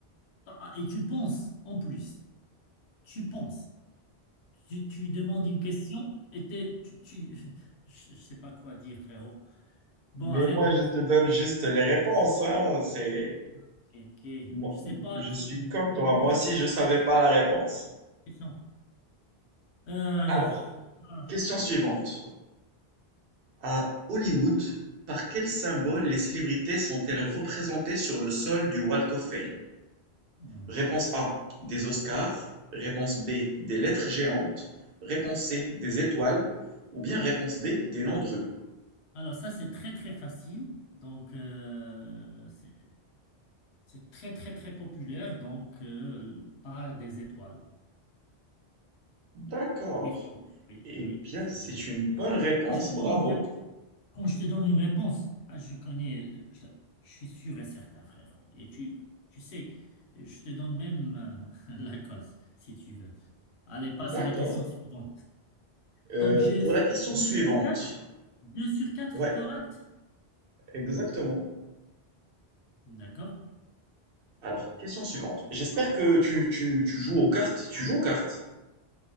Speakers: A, on the left; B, on the right.
A: Ah, ah, et tu penses, en plus. tu penses, tu, tu demandes une question et t'es- tu, tu- <laughs> je, je sais pas quoi dire, frérot. Bon,
B: Mais
A: arrête
B: moi,
A: de me
B: je
A: provoquer.
B: te donne juste les réponses, hein. C'est
A: Ok, ok.
B: moi,
A: Je sais pas,
B: je
A: tu,
B: suis
A: tu-
B: comme toi. Moi aussi, je savais pas la réponse.
A: question. Euh, alors,
B: Alors,
A: ah,
B: question suivante. À Hollywood, par quel symbole les célébrités sont-elles représentées sur le sol du Walk of Fame?
A: hmm.
B: Réponse A, des Oscars. Réponse B, des lettres géantes. Réponse C, des étoiles. Ou bien réponse D, des noms de rue.
A: Alors ça c'est très très facile, donc euh, c'est c'est très très très populaire, donc euh, par des étoiles.
B: D'accord.
A: Oui, frérot, oui,
B: Eh
A: oui,
B: bien,
A: je suis
B: c'est
A: sûr, je
B: une bonne
A: suis sûr.
B: réponse,
A: Quand je te
B: bravo.
A: donne une Quand je te donne une réponse, ah, je connais, euh, je, je suis sûr et certain, frérot. Et tu, tu sais, je te donne même euh, <laughs> la cause, si tu veux. Allez, passe
B: D'accord.
A: à la question suivante.
B: Euh,
A: Donc, j'ai
B: pour
A: fait
B: la question
A: 2
B: suivante.
A: sur quatre, deux sur quatre
B: Ouais,
A: correct?
B: exactement.
A: D'accord.
B: Alors, question suivante. J'espère que tu, tu, tu joues aux cartes. Tu joues aux cartes?